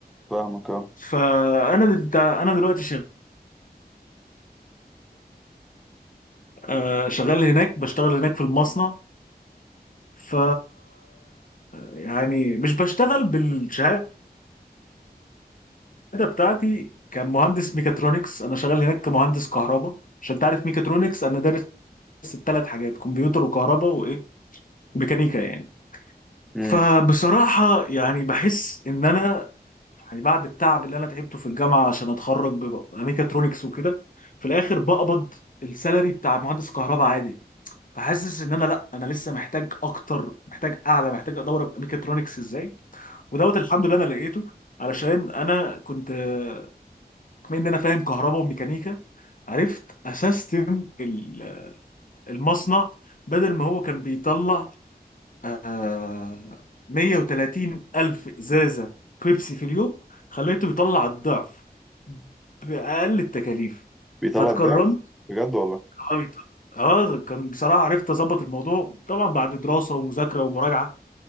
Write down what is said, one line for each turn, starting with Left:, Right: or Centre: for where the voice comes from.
Centre: فاهمك أه
Left: فانا دل- انا دلوقتي شغ- آه، شغال هناك بشتغل هناك في المصنع ف يعني مش بشتغل بالشهاده بتاعتي كمهندس ميكاترونكس انا شغال هناك كمهندس كهرباء عشان تعرف ميكاترونكس انا دارس الثلاث حاجات كمبيوتر وكهرباء وايه ميكانيكا يعني
Centre: أمم.
Left: فبصراحة يعني بحس إن أنا يعني بعد التعب اللي أنا تعبته في الجامعة عشان أتخرج ببقى ميكاترونكس وكده في الآخر بقبض السالري بتاع مهندس كهرباء عادي فحاسس إن أنا لأ أنا لسه محتاج أكتر محتاج أعلى محتاج أدور أبقى ميكاترونكس إزاي ودوت الحمد لله أنا لقيته علشان أنا كنت بما إن أنا فاهم كهرباء وميكانيكا عرفت أسستم ال- المصنع بدل ما هو كان بيطلع آه 130 ألف إزازة بيبسي في اليوم خليته يطلع الضعف بأقل التكاليف
Centre: بيطلع
Left: فاتكرمت
Centre: الضعف بجد والله
Left: اه يط- آه، كان بصراحة عرفت أظبط الموضوع طبعا بعد دراسة ومذاكرة ومراجعة